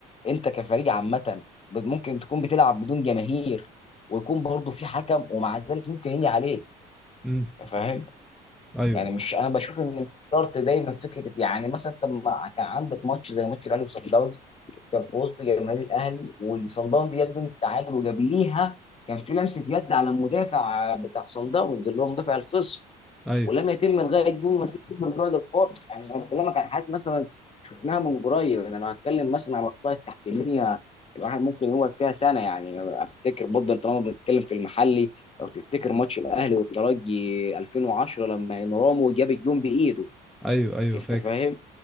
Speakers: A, on the left (about 30°); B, in the centre.
A: انت كفريق عامه بت- ممكن تكون بتلعب بدون جماهير ويكون برضه في حكم ومع ذلك ممكن يجي عليك
B: امم
A: انت فاهم
B: ايوه
A: يعني مش انا بشوف ان مش شرط دايما فكره يعني مثلا طب ما كان عندك ماتش زي ماتش الاهلي وصن داونز كان في وسط جماهير الاهلي وصن داونز جاب جون التعادل وجابليها كان في لمسه يد على المدافع بتاع صن داونز اللي هو مدافع الخصم
B: ايوه
A: ولم يتم الغاء الجون ما فيش من بعد الخط يعني انا بكلمك عن حاجات مثلا شفناها من قريب انا لو هتكلم مثلا على الاخطاء التحكيميه الواحد ممكن يقعد فيها سنه يعني افتكر برضه طالما بنتكلم في المحلي لو تفتكر ماتش الاهلي والترجي 2010 لما انرامو جاب الجون بايده
B: ايوه ايوه
A: انت
B: فاكر
A: فاهم